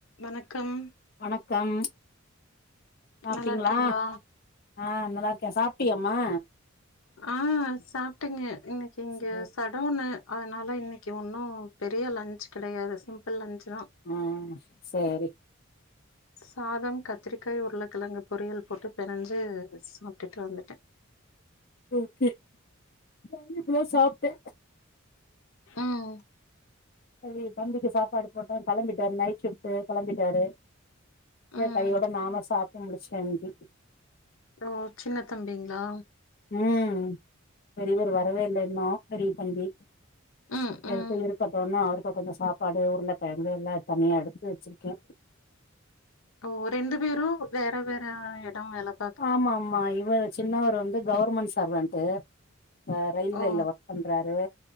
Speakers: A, on the left; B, on the left.
A: வணக்கம்
B: வணக்கம் சாப்ட்டீங்ளா
A: நல்லா இருக்கீங்களா
B: ஆ நல்லார்க்கே சாப்ட்டியம்மா
A: ஆ சாப்ட்டெங்கெ இன்னிக் இங்க
B: சரி
A: சட் ட்ர ஒன்னு அனால இன்னிக்குி ஒன்னு பெரிய லன்ச் கிடையாது சிம்பிள் லன்ச் தா
B: ஆமா சரி
A: சாதம் கத்திரிக்காய் உருளைக்கிழங்கு பொரியல் போட்டு பினஞ்சு சாப்ட்டிட்டு வந்துட்டே
B: ஓகே தனி ப்ளோ சாப்ட்டே
A: ம்
B: சரி தம்பிக்கு சாப்பாடு போட்டே களம்பிட்டாரு நைட் ஷிஃப்ட்டு களம்பிட்டாரே ச
A: ம்
B: கையோட நானு சாப்ட்டு முடிச்ட்டே இன்க்கி
A: ரோ சின்ன தம்பிங்ளா
B: ம் பெரிவர் வரவே இல்ல இன்னும் பெரி தம்பி
A: ம்
B: எக்
A: ம்
B: சய்ரக்கட்டோன்னா அவரு இப்ப கொஞ்ச சாப்பாடு உருல கிழங்கு எல்லா இப்பமே எடுத்து வெச்சிருக்கே
A: ஓ ரெண்டு பேரு வேற வேற எடோ வெளப்
B: ஆமா ஆமா இவ சின்னவர் வந்து கௌர்மண் சர்வன்ட்டு அ ரயில்வேல
A: ஓ
B: வர்க் பண்றாரு